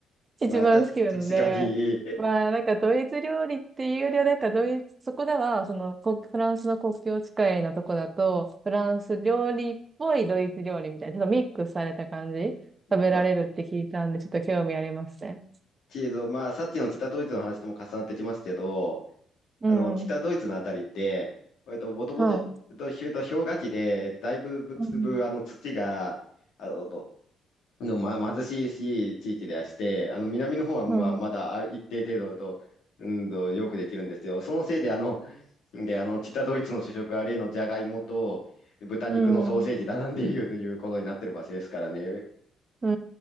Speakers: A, on the right (about 30°); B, on the left (about 80°).
A: 一番好きなので、
B: まあ、た、<laughs> 確かに。
A: まあなんかドイツ料理っていうよりはなんかドイツ、そこではそのこフランスの国境近いのとこだと、フランス料理っぽいドイツ料理みたいな、ちょっとミックスされた感じ、
B: <laughs>
A: 食べられるって聞いたんで、
B: まあ、
A: ちょっと興味ありますね。
B: けど、まあ、さっきの北ドイツの話とも重なってきますけど、
A: うん。
B: あの、北ドイツのあたりって、えっと、もともと、
A: はい。
B: と、ひゅと氷河期で、だいぶ、ぶつぶ、
A: うん。
B: あの、土が、あの、どの、ま、貧しいし地域ではして、あの南の方はまあまだある一定程度と、
A: うん。
B: うんと、よくできるんですよ。そのせいで、あの、で、あの、北ドイツの主食は例のジャガイモと豚肉のソーセージだなんていうということになってる場所ですからね。
A: うん。う